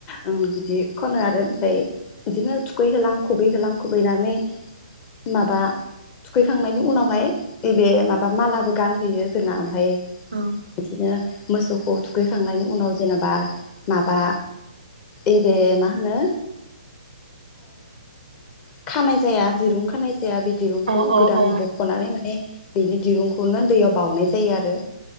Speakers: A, on the left; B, on the right.
A: बिदि खनो आरो ओमफ्राय बिदिनो थुखैहोलां खुबै होलां खुबैनानै माबा थुखैखांनायनि उनावहाय नैबे माबा मालाबो गानहोयो जोंना ओमफ्राय
B: उम
A: बिदिनो मोसौखौ थुखैखांनायनि उनाव जेनेबा माबा इबे मा होनो खानाय जाया दिरुं खानाय जाया बि दिरुंखौ
B: औ औ
A: गोदान
B: औ
A: बख'नानै माने बेनि दिरुंखौनो दैयाव बाउनाय जायो आरो